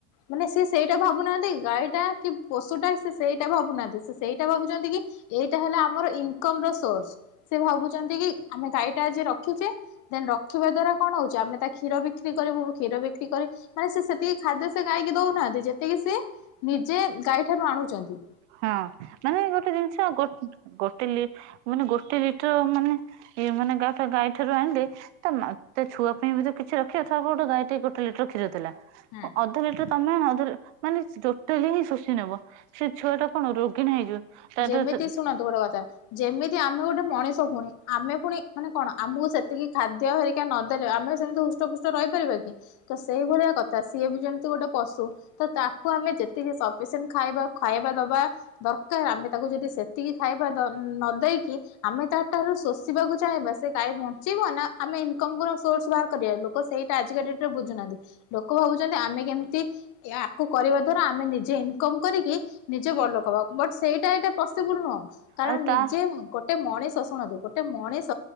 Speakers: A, on the left (about 45°); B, on the right (about 55°).
A: ମାନେ ସେ ସେଇଟା ଭାବୁନାହାନ୍ତି ଗାଈ ଟା କି ପଶୁଟା ସେ ସେଇଟା ଭାବୁନାହାନ୍ତି। ସେ ସେଇଟା ଭାବୁଛନ୍ତି କି ଏଇଟା ହେଲା ଆମର ଇନକମ୍ ର ସୋର୍ସ। ସେ ଭାବୁଚନ୍ତି କି ଆମେ ଗାଈ ଟା ଆଜି ରଖିଚେ, ଦେନ୍ ରଖିବା ଦ୍ଵାରା କଣ ହଉଛି ଆମେ ତା କ୍ଷୀର ବିକ୍ରି କରିବୁ, କ୍ଷୀର ବିକ୍ରି କରି ମାନେ ସେ ସେତିକି ଖାଦ୍ୟ ସେ ଗାଈକି ଦଉନାହାନ୍ତି, ଯେତିକି ସିଏ ନିଜେ ଗାଈ ଠାରୁ ଆଣୁଚନ୍ତି।
B: ହଁ ମାନେ ଗୋଟେ ଜିନିଷ ଗୋ-ଗୋଟେ ଲି- ମାନେ ଗୋଟେ ଲିଟର୍ ମାନେ ଏ ମାନେ ଗାଠ ଗାଈ ଠାରୁ ଆଣିଲେ ତା ମା ତା ଛୁଆ ପାଇଁ ବି ତ କିଛି ରଖିବ। ଧର ଗୋଟେ ଗାଈଟେ ଗୋଟେ ଲିଟର୍ କ୍ଷୀର ଦେଲା।
A: ହଁ
B: ଅ, ଅଧ ଲିଟର୍ ତୋମେ ଅଧ ଲି-ମାନେ ଟୋଟାଲି ହିଁ ଶୋଷି ନେବ। ସେ ଛୁଆ ଟା କଣ ରୋଗୀଣା ହେଇଯିବ।
A: ଯେମିତି
B: ଦେହରେ
A: ଶୁଣନ୍ତୁ ଗୋଟେ କଥା ଯେମିତି ଆମେ ଗୋଟେ ମଣିଷ ପୁଣି, ଆମେ ପୁଣି ମାନେ କଣ ଆମକୁ ସେତିକି ଖାଦ୍ୟ ହେରି ନଦେଲେ ଆମେ ସେମିତି ହୃଷ୍ଟପୃଷ୍ଟ ରହିପାରିବା କି? ତ ସେଇଭଳିଆ କଥା ସିଏ ବି ଯେମିତି ଗୋଟେ ପଶୁ ତ ତାକୁ ଆମେ ଯେତିକି ସପିସେଣ୍ଟ ଖାଇବା ଖାଇବା ଦବା, ଦର୍ କାର୍ ଆମେ ତାକୁ ଯଦି ସେତିକି ଖାଇବା ନ ଦେଇକି ଆମେ ତାଠାରୁ ଶୋଷିବାକୁ ଚାହିଁବା ସେ ଗାଈ ବ ଞ୍ଚିବ ନା ଆମେ ଇନକମ୍ ର ସୋର୍ସ ବାହାର କରିବା। ଲୋକ ସେଇଟା ଆଜିକା ଡେଟ୍ ରେ ବୁଝୁନାହାନ୍ତି। ଲୋକ ଭାବୁଛନ୍ତି ଆମେ କେମତି ୟାକୁ କରିବା ଦ୍ଵାରା ଆମେ ନିଜେ ଇନକମ୍ କରିକି ନିଜେ ବଡ଼ଲୋକ ହବା। ବଟ୍ ସେଇଟା ଏଇଟା ପସିବୁଲ୍ ନୁହଁ। କାରଣ
B: ଆଉ ତା
A: ନିଜେ ଗୋଟେ ମଣିଷ ଶୁଣନ୍ତୁ ଗୋଟେ ମଣିଷ